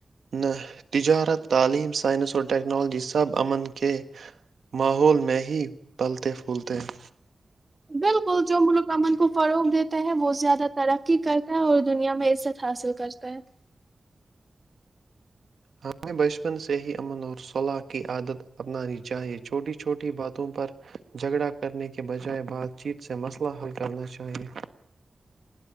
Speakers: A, on the right; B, on the right.
A: نہ تجارت تعلیم سائنس اور ٹیکنالوجی سب امن کے ماحول میں ہی پلتے پھولتے ہیں
B: بالکل جو ملوک امن کو فروغ دیتے وہ زیادہ ترقی کرتا ہے اور دنیا میں عزت حاصل کرتا پ
A: ہمیں بچپن سے ہی امن اور صلاح کی عادت اپنانی چاہیئے چھوٹی چھوٹی باتوں پر جھگڑا کرنے کے بجائے بات چیت سے مسئلہ حل کرنا چاہیئے